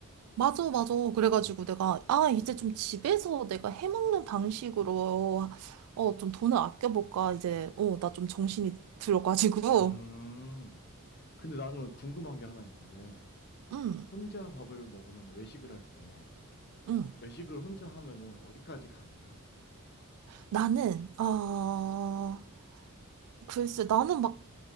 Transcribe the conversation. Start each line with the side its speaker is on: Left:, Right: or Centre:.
Right: 맞아, 맞아. 그래가지고
Left: 응.
Right: 내가, 아, 이제 좀 집에서 내가 해먹는 방식으로, 어, 좀 돈을 아껴볼까. 이제, 어, 나 좀 정신이 들어가지고.
Left: 음. 근데 나는 궁금한 게 하나 있는데,
Right: 응,
Left: 혼자 밥을 먹으면 외식을 할 때,
Right: 응.
Left: 외식을 혼자 하면은 어디까지 가능해?
Right: 나는, 아 글쎄, 나는 막